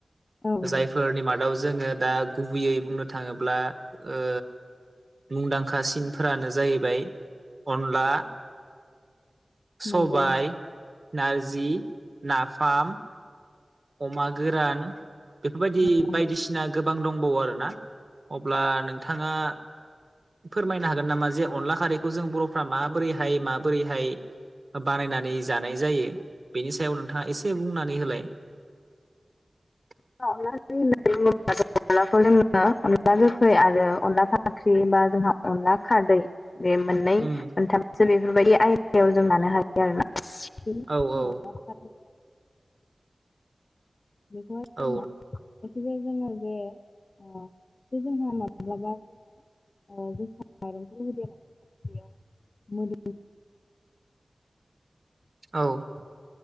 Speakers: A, on the left; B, on the right.
A: नंगौ
B: जायफोरनि मादाव जोङो दा गुबैयै बुंनो थाङोब्ला ओ मुंदां खा सिनफोरानो जाहैबाय अनला सबाय
A: नंगौ
B: नारजि नाफाम अमा गोरान बेफोरबायदि
A: नंगौ
B: बायदिसिना गोबां दंबावो आरोना? अब्ला नोंथाङा फोरमायनो हागोन नामा जे अनला खारैखौ जों बर'फ्रा माबोरैहाय माबोरैहाय बानायनानै जानाय जायो बेनि सायाव नोंथाङा एसे बुंनानै होलाय। <inaudible>
A: <unintelligible> अनलाखौ जोङो अनला गोखै आरो अनला फाख्रि बा जोंहा अनला खारदै बे मोननै मोनथामसो
B: उम
A: बेफोरबायदि आयदायाव जों लानो हाय आरोना <unintelligible>
B: औ औ
A: बेखौ हाय
B: औ
A: <unintelligible> जोङो जे ओ जे जोंहा माब्लाबा ओ जोसा माइरंखौ होदेरनानै बेयाव <unintelligible> ओंखाम ज
B: औ